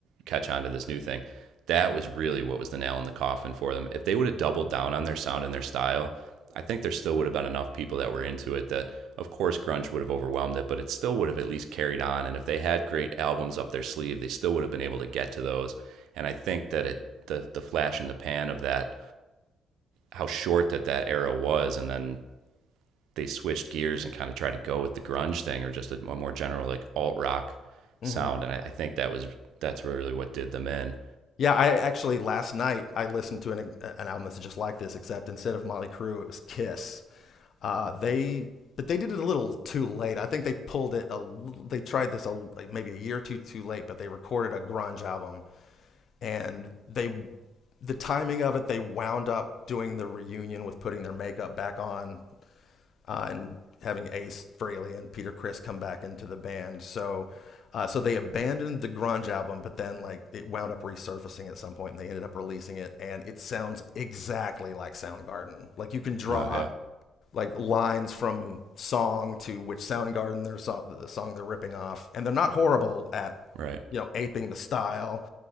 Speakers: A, on the right (about 80°); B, on the left (about 60°).
A: catch on to this new thing." That was really what was the nail in the coffin for them. If they would have doubled down on their sound and their style, I think there still would have been enough people that were into it that, of course, grunge would have overwhelmed it, but it still would have at least carried on. And if they had great albums up their sleeve, they still would have been able to get to those. And I think that it the the flash in the pan of that how short that that era was, and then they switched gears and kind of tried to go with the grunge thing or just a, a more general like alt rock
B: hmm
A: sound. And I, I think that was that's really what did them in.
B: Yeah, I actually last night I listened to an an album that's just like this, except instead of Motley Crue, it was Kiss. Uh, they but they did it a little too late. I think they pulled it. A, l- they tried this a, like maybe a year or two too late, but they recorded a grunge album, and they, the timing of it, they wound up doing the reunion with putting their makeup back on uh, and having Ace Frehley and Peter Criss come back into the band. So, uh, so they abandoned the grunge album, but then like it wound up resurfacing at some point, and they ended up releasing it, and it sounds exactly like Soundgarden. Like you can draw
A: Oh yeah,
B: like lines from song to which Soundgarden their so- the song they're ripping off, and they're not horrible at
A: right.
B: you know aping the style.